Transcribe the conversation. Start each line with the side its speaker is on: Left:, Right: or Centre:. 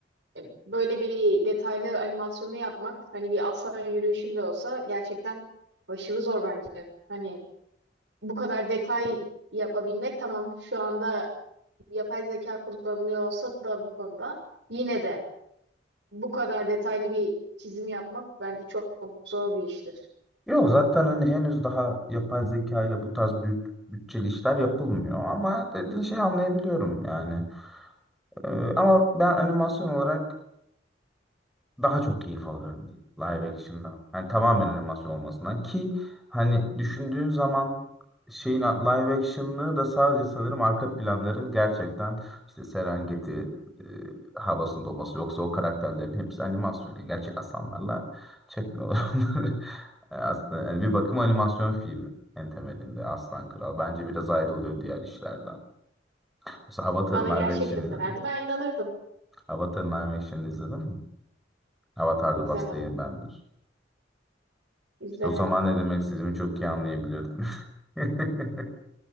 Right: e, böyle bir detaylı animasyonu yapmak hani bir aslan yürüyüşü bile olsa gerçekten başarı zor bence. Hani bu kadar detay yapabilmek tamam şu anda yapay zeka kullanılıyor olsa da bu konuda yine de bu kadar detaylı bir çizim yapmak bence çok, çok zor bir iştir.
Centre: Yok zaten hani henüz daha yapay zeka ile bu tarz büyük bütçeli işler yapılmıyor ama dediğin şeyi anlayabiliyorum yani. Ee, ama ben animasyon olarak daha çok keyif alıyorum diyor live action'dan. Yani tamamen animasyon olmasından ki hani düşündüğün zaman şeyin live action'lığı da sadece sanırım arka planların gerçekten işte Serengeti e, havasında olması yoksa o karakterlerin hepsi animasyon. Yani gerçek aslanlarla çekmiyorlar <laughs> onları. E, Aslında yani bir bakım animasyon filmi en temelinde Aslan Kral. Bence biraz ayrılıyor diğer işlerden. Mesela Avatar'ın
Right: Bana
Centre: live
Right: gerçek
Centre: action
Right: deselerdi
Centre: izledim.
Right: ben inanırdım.
Centre: Avatar'ın live action izledim mi? Avatar
Right: İzlemedim,
Centre: The Last Airbender.
Right: izlemedim.
Centre: İşte o zaman ne demek istediğimi çok iyi anlayabilirdim. <laughs>